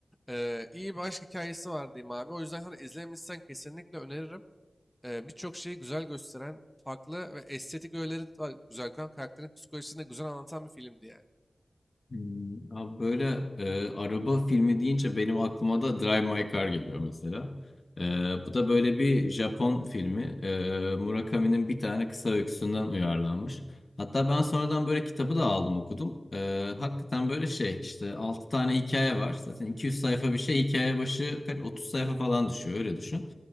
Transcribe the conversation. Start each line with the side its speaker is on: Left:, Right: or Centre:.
Centre: Eee iyi bir aşk hikayesi var diyeyim abi. O yüzden sana izlemişsen kesinlikle öneririm e, birçok şeyi güzel gösteren, farklı ve estetik öğeleri de var- güzel koyan, karakterin psikolojisini de güzel anlatan bir filmdi yani.
Left: Hmm, Abi böyle e, araba filmi deyince benim aklıma da Drive My Car geliyor mesela. E, bu da böyle bir Japon filmi. E, Murakami'nin bir tane kısa öyküsünden uyarlanmış. Hatta ben sonradan böyle kitabı da aldım okudum. E, hakikaten böyle şey işte 6 tane hikaye var. Zaten 200 sayfa bir şey hikaye başı kaç- 30 sayfa falan düşüyor öyle düşün.